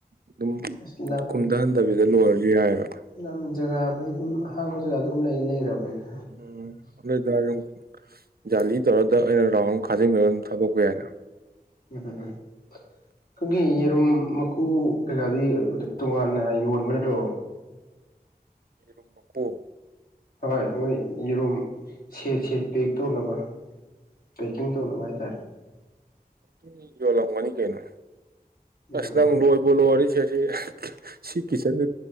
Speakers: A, on the right (about 75°); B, on the left (about 70°).
A: ꯑꯗꯨꯝ
B: ꯑꯁ
A: ꯀꯨꯝꯊꯍꯟꯗꯕꯤꯗ ꯂꯣꯏꯔꯁꯨ ꯌꯥꯏꯑꯕ
B: ꯅ ꯖꯒꯥꯕꯨꯩ ꯑꯗꯨꯝ ꯑꯍꯥꯡꯕ ꯖꯒꯥ ꯑꯗꯨꯝ ꯂꯩ ꯂꯩꯔꯕꯅꯤꯅ
A: ꯎꯝ ꯑꯗꯨ ꯑꯣꯏꯇꯥꯔ ꯑꯗꯨ ꯖꯥꯂꯤ ꯇꯧꯔꯗ ꯑꯩꯅ ꯔꯥꯎꯟ ꯈꯥꯖꯤꯟꯈꯒ ꯑꯗꯨꯝ ꯊꯥꯗꯣꯛꯄ ꯌꯥꯏꯅ
B: ꯎꯝ ꯑꯩꯈꯣꯏꯒꯤ ꯌꯦꯔꯨꯝ ꯃꯀꯨ ꯀꯩꯀꯥꯗꯤ ꯇꯣꯉꯥꯟꯅ ꯌꯣꯟꯕ ꯅꯠꯇ꯭ꯔꯣ
A: ꯆꯨꯝꯃꯛꯄꯨ
B: ꯍꯣꯏ ꯃꯣꯏ ꯌꯦꯔꯨꯝ ꯁꯦꯠ ꯁꯦꯠ ꯄꯦꯛ ꯇꯧꯅꯕ ꯄꯦꯛꯀꯤꯡ ꯇꯣꯂꯅꯨꯡ ꯍꯥꯏꯇꯥꯔꯦ
A: ꯑꯗꯨꯝ ꯌꯣꯜꯂꯝꯒꯅꯤ ꯀꯩꯅꯣ
B: ꯎꯝ
A: ꯑꯁ ꯅꯪ ꯂꯣꯏꯕ ꯂꯣꯏꯔꯤꯁꯦ ꯁꯤ <unintelligible> ꯁꯤ ꯀꯈꯤꯁꯗꯨ